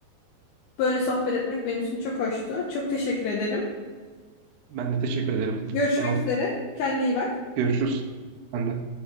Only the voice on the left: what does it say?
böyle sohbet etmek benim için çok hoştu. Çok teşekkür ederim.
Görüşmek
üzere. Kendine iyi bak.